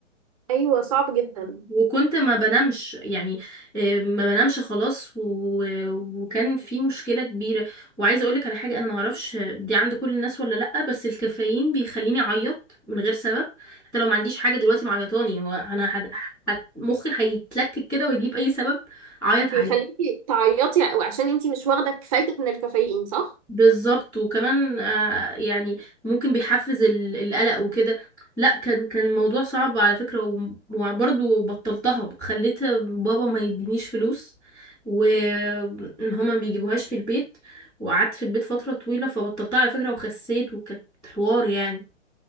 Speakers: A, on the right; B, in the centre.
A: ايوه صعب جدا
B: وكنت ما بنامش يعني آه، ما بنامش خلاص و- وكان في مشكلة كبيرة وعايزة اقولك على حاجة انا ما اعرفش دي عند كل الناس ولا لأ بس الكافيين بيخليني اعيط من غير سبب حتى لو ما عنديش حاجة دلوقتي معيطاني هو انا هد... هت... مخي هيتلكك كده ويجيب اي سبب اعيط
A: بيخليكي
B: عليه
A: تعيطي وعشان انتي مش واخده كفايتك من الكافيين صح
B: بالظبط وكمان آه يعني ممكن بيحفز ال- القلق وكده لا كان كان موضوع صعب على فكرة و- وبرضه بطلتها خليت بابا ما يدينيش فلوس وهما ما بيجيبوهاش في البيت وقعدت في البيت فترة طويلة فبطلتها على فكرة وخسيت وكانت حوار يعني